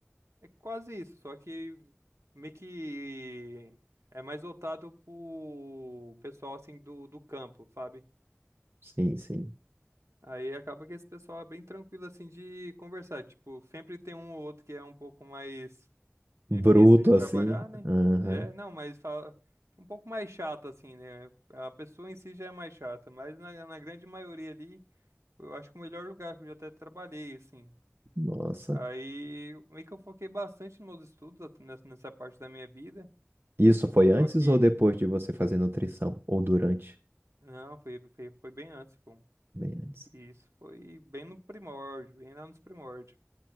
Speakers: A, on the right (about 75°); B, on the right (about 50°).
A: É quase isso, só que meio que é mais voltado pro pessoal assim do, do campo, sabe?
B: Sim, sim.
A: Aí acaba que esse pessoal é bem tranquilo assim de conversar. Tipo, sempre tem um ou outro que é um pouco mais difícil
B: Bruto
A: de trabalhar,
B: assim.
A: né?
B: Aham.
A: É, não, mas fala um pouco mais chato assim, né? A pessoa em si já é mais chata, mas na, na grande maioria ali, eu acho que o melhor lugar que eu já até trabalhei, assim.
B: Nossa.
A: Aí meio que eu foquei bastante nos meus estudos at- nessa nessa parte da minha vida.
B: Isso foi
A: Só
B: antes
A: que,
B: ou depois de você fazer nutrição? Ou durante?
A: não, foi, foi, foi bem antes, pô.
B: Bem antes.
A: E isso foi bem no primórdio, bem lá nos primórdios.